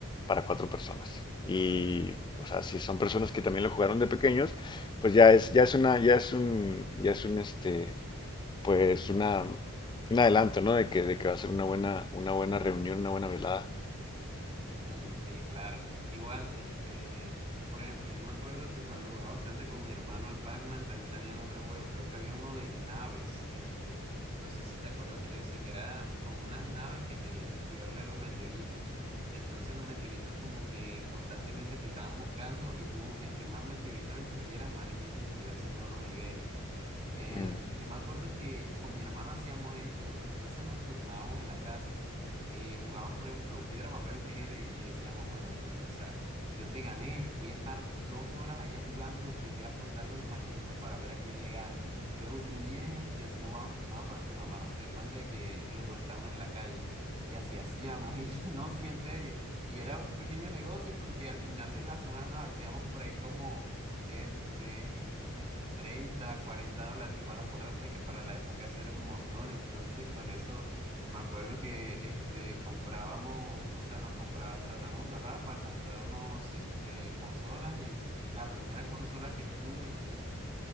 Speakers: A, on the left; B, on the right.
A: para cuatro personas. Y, o sea, si son personas que también lo jugaron de pequeños, pues ya es, ya es una, ya es un, ya es un, este, pues una, un adelanto, ¿no? De que, de que va a ser una buena, una buena reunión, una buena velada.
B: Mm, sí, claro. Igual, este, por ejemplo, yo me acuerdo que cuando jugaba bastante con mi hermano al Pac-Man, también habían otros juegos, creo que había uno de naves, este, no sé si te acuerdas de ese, que era como unas naves que tenías que esquivarle a los meteoritos. Entonces los meteoritos como que constantemente te estaban buscando y tú entre más meteoritos destruyeras, más difícil se iba haciendo los niveles. Em,
A: Mm.
B: yo me acuerdo que con mi hermano hacíamos esto, entonces nos turnábamos en la casa eh, jugábamos, por ejemplo, piedra, papel o tijera y, y decíamos, bueno, hey, o sea, yo te gané, voy a estar dos horas allá jugando y voy a apostarle a las maquinitas para ver a quién le gano. Luego tú vienes y así nos vamos turnados para que mi mamá no se dé cuenta de que los dos estamos en la calle. Y así hacíamos, <laughs> y no, sí, en serio. Y era un pequeño negocio porque al final de la semana nos hacíamos por ahí como, este, treinta, cuarenta dólares, igual acuérdate que para la época eso era un montón, entonces con eso me acuerdo que este comprábamos, o sea, nos compraba, tratamos de ahorrar para comprarnos este consolas y la primera consola que tuve, uff,